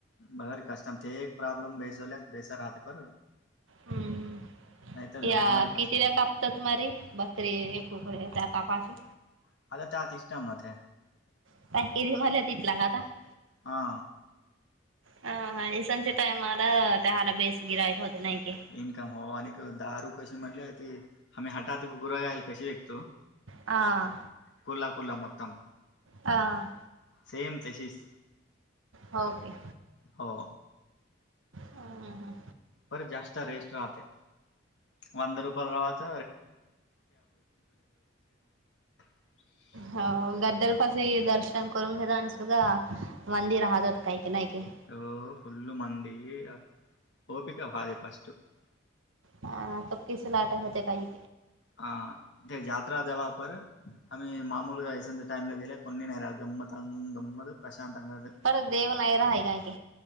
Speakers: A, on the left; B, on the right.
A: बर कस्तम ते एक प्रॉब्लेम बेसवल्या बेस राहते पर
B: हम्म
A: नाहीतर
B: या
A: भारी कष्ट
B: कितीला काप तरत मारी बकरी एक कुकडे त्या पापाचे
A: <unintelligible>
B: <unintelligible>
A: हा
B: अ हा इसनच्या टायमला त्या हला बेस गिरायक होते नाही की.
A: इन्कम हो आणि दारू कशी म्हटले त हम्ही हटात गुरगायला कशी विकतो.
B: हा
A: कोला कोला मतम
B: हा
A: सेम तशीच
B: हो की.
A: हो
B: ह ह
A: पर जास्त रेस्ट राहते. वंद रुपर राहत <unintelligible>
B: हो गद्दलपशी दर्शन करून घेतलं आणि सुुगा मंदिर राहत हो काही की नाही की.
A: <unintelligible>
B: हा तोकीस ला आट होते काये
A: हा ते जात्रा जवा पर आम् मामूल ग वसंत टाईम ला गेले कोणी नाही गमतंग गमत प्रशांतंग
B: परण देव नाही राहिलाय की